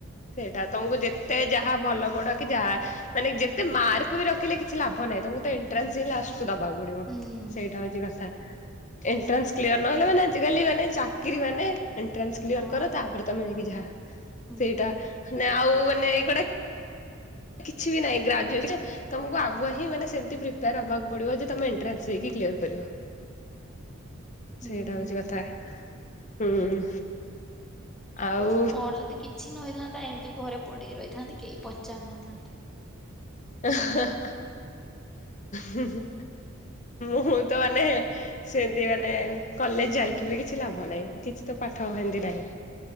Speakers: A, on the left; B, in the centre.
A: ସେଇଟା
B: ହୁଁ
A: ତମକୁ ଯେତେ ଯାହା ଭଲ ପଡ କି ଯାହା ମାନେ ଯେତେ
B: ହୁଁ
A: ମାର୍କ ବି ରଖିଲେ କିଛି ଲାଭ ନାହିଁ ତ ତ ଏଣ୍ଟ୍ରାନ୍ସ ହିଁ ଲାଷ୍ଟ କୁ ଦବାକୁ ପଡିବ
B: ହୁଁ
A: ସେଇଟା ହଉଛି କଥା। ଏଣ୍ଟ୍ରାନ୍ସ କ୍ଲିୟର ନହଲେ ମାନେ ଆଜି କାଲି ମାନେ ଚାକିରି ମାନେ, ଏଣ୍ଟ୍ରାସ୍ କ୍ଲିଅର
B: ହଁ
A: କର ତାପରେ ତମେ ଯାଇକି ଯାହା,
B: ହୁଁ।
A: ସେଇଟା ଆଉ ମାନେ ଏଇ କଡ କିଛି ବି ନାହିଁ ଗ୍ରାଜୁଏସନ୍ ତମକୁ ଆଗଆ ହିଁ ମାନେ ସେମତି ପ୍ରିପେୟାର ହେବାକୁ ପଡିବ ଯେ ତମେ ଏଣ୍ଟାନ୍ସ ଦେଇକି କ୍ଲିଅର କରିବ,
B: ହୁଁ
A: ସେଇଟା ହଉଛି କଥା ହୁଁ ଆଉ
B: ମୋର ଯଦି କିଛି ନହେଇ ଥାନ୍ତା। ଏମତି ଘରେ ପଡିକି ରହିଥାଆନ୍ତି କେଇ ପଚାରି ନଥାନ୍ତେ।
A: ଏ-ହା-ହା, ହୁଁ-ହୁଁ-ହୁଁ, ମୁଁ ତ ମାନେ ସେମତି ମାନେ କଲେଜ ଯାଇକି ବି କିଛି ଲାଭ ନାହିଁ। କିଛି ତ ପାଠ ହେମିତି ନାହିଁ।